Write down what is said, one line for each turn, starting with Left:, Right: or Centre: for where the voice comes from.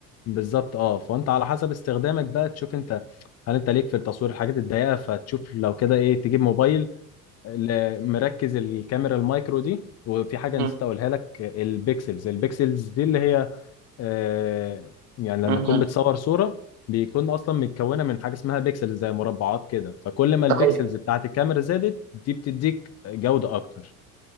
Left: بالظبط اه فأنت على حسب استخدامك بقى تشوف أنت هل أنت ليك في التصوير الحاجات الضيقة فتشوف لو كده إيه تجيب موبايل ل- مركز الكاميرا المايكرو دي وفي حاجه
Right: مم.
Left: نسيت اقولها لك البيكسلز البيكسلز دي اللي هي آه، يعني لما
Right: مم.
Left: تكون بتصور صوره بيكون اصلا متكونه من حاجه اسمها بيكسلز زي مربعات كده فكل ما البيكسلز
Right: طيب
Left: بتاعت الكاميرا زادت دي بتديك جوده اكتر